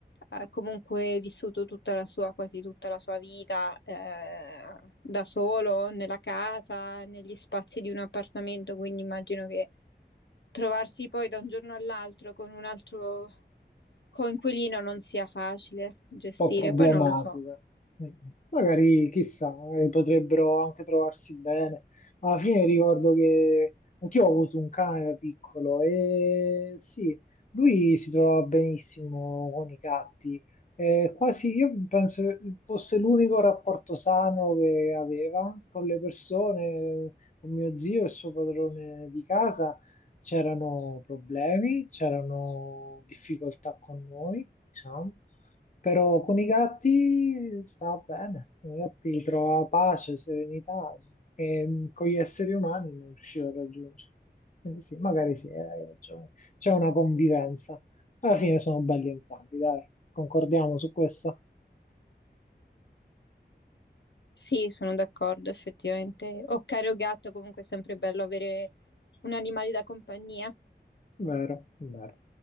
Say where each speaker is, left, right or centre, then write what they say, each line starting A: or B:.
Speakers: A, on the left; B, on the left.
A: ha comunque vissuto tutta la sua, quasi tutta la sua vita eh, da solo, nella casa, negli spazi di un appartamento, quindi immagino che trovarsi poi da un giorno all'altro con un altro coinquilino non sia facile gestire.
B: po' problematico.
A: Poi non lo so.
B: Mm. Magari, chissà, magari potrebbero anche trovarsi bene. Alla fine ricordo che anch'io ho avuto un cane da piccolo e sì, lui si trovava benissimo con i gatti. Eh, quasi io penso che fosse l'unico rapporto sano che aveva con le persone, con mio zio e il suo padrone di casa. C'erano problemi, c'erano difficoltà con noi, diciamo. Però con i gatti stava bene, con i gatti trovava pace, serenità e con gli esseri umani non riusciva a raggiungere. Quindi sì, magari sì, eh, hai ragione. C'è una convivenza. Alla fine sono belli entrambi, dai, concordiamo su questo?
A: Sì, sono d'accordo, effettivamente. O caro gatto, comunque è sempre bello avere un animale da compagnia.
B: Vero, vero.